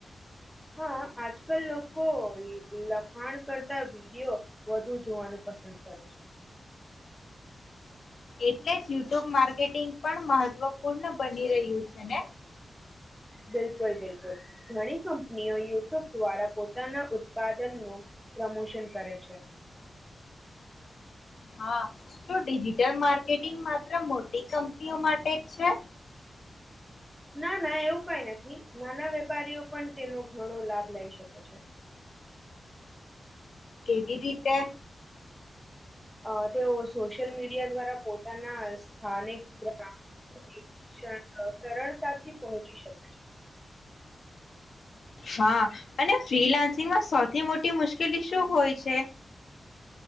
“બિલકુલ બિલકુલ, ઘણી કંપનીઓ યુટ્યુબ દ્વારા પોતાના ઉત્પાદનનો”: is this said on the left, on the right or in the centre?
Centre